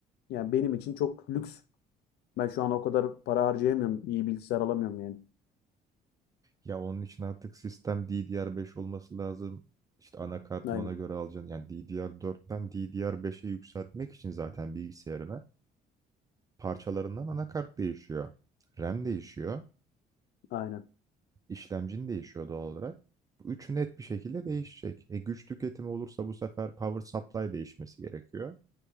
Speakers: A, on the left; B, on the right.
A: yani benim için çok lüks. Ben şu an o kadar para harcayamıyorum. iyi bilgisayar alamıyorum yani.
B: Ya onun için artık sistem DDR5 olması lazım. İşte anakartın
A: Aynen.
B: ona göre alacaksın. Yani DDR4'ten DDR5'e yükseltmek için zaten bilgisayarına parçalarından anakart değişiyor. RAM değişiyor.
A: Aynen.
B: İşlemcin değişiyor doğal olarak. Bu üçü net bir şekilde değişecek. E güç tüketimi olursa bu sefer power supply değişmesi gerekiyor.